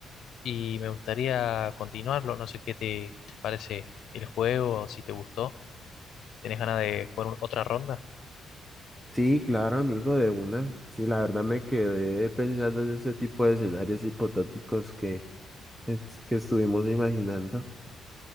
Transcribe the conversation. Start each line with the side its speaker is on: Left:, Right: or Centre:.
Left: y me gustaría continuarlo. No sé qué te, te parece el juego, si te gustó. ¿Tenés ganas de jugar un- otra ronda?
Centre: Sí, claro, amigo, de una. Sí, la verdad me quedé pensando en ese tipo de escenarios hipotéticos que, es- que estuvimos imaginando.